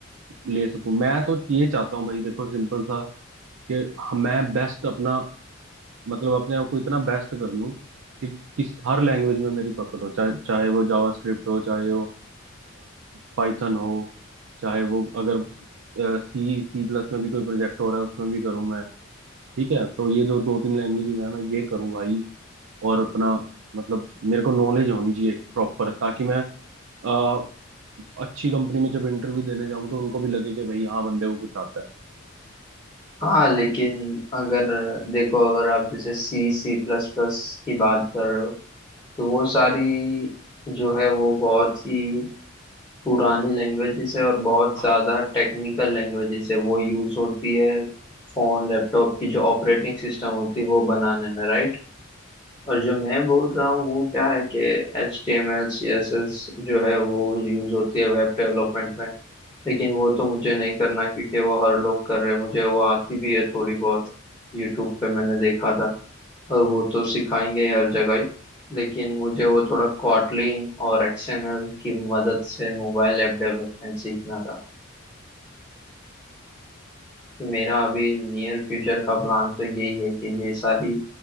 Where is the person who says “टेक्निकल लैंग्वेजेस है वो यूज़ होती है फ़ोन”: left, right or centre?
Left